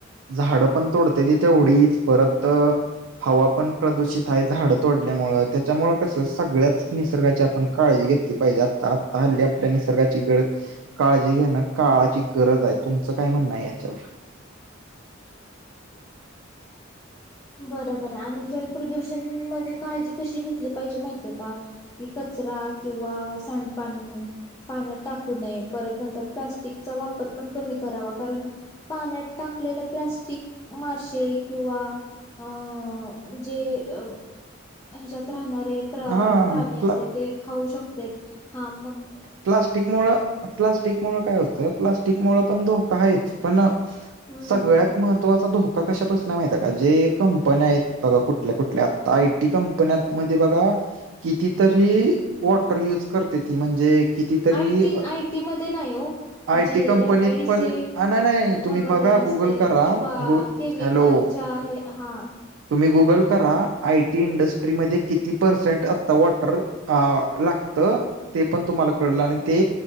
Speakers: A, on the right; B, on the left.
A: झाडं पण तोडतेति थेवढीच परत, हवा पण प्रदूषित आहे झाडं तोडल्यामुळ. त्याच्यामुळे कस सगळ्याच निसर्गाची आपण काळजी घेतली पाहिजे. आता आता हल्ल्या आपल्या निसर्गाची खरचं काळजी घेणं काळाची गरज आहे. तुमचं काय म्हणणं आहे याच्यावर?
B: बरोबर आहे. आणि जलप्रदूषण मध्ये काळजी कशी घेतली पाहिजे माहितीे का? कचरा किंवा सांडपाणी, पाण्यात टाकू नये परत नंतर प्लास्टिकचा वापर पण कमी करावा. कारण पाण्यात टाकलेले प्लॅस्टिक माशे किंवा अ.. जे ह्यांच्यात राहणारे आहेत. अ..
A: हा
B: प्राणी असते
A: प्ला
B: ते खाऊ शकतेत हा मग, त्याचा
A: प्लास्टिक मुळ प्लास्टिक मुळ काय होतं. प्लास्टिक मुळं पण धोका आहेच. पण ना
B: हम्म
A: सगळ्यात महत्त्वाचा धो कशापासनं माहित आहे. का जे कंपन्या आहेत बघा, कुठल्या कुठल्या आता आय टी कंपन्या मध्ये बघा, कितीतरी वॉटर यूज करते ती म्हणजे, कितीतरी
B: आयी आय टी मध्ये नाही हो,
A: आयटी
B: जे
A: कंपनीत
B: एम आय डी
A: पण
B: सी
A: हा, नाही नाही तुम्ही
B: वगैरे
A: बघा
B: असते
A: गुगल करा
B: किंवा
A: गु
B: केमिकलच्या
A: हॅलो
B: हे हा
A: तुम्ही गुगल करा आय टी इंडस्ट्रीमध्येध्ये किती पर्सेंट आता वॉटर, आ लागतं ते पण तुम्हाला कळलं आणि ते,